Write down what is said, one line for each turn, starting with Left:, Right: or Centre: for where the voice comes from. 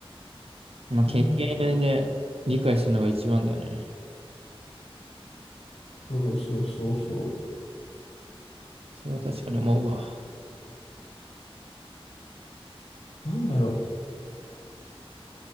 Right: まあ、
Left: なんだろう。
Right: 経験で理解するのが一番だよね。
Left: そうそうそうそ
Right: それは確かに思うわ。
Left: う。なんだろ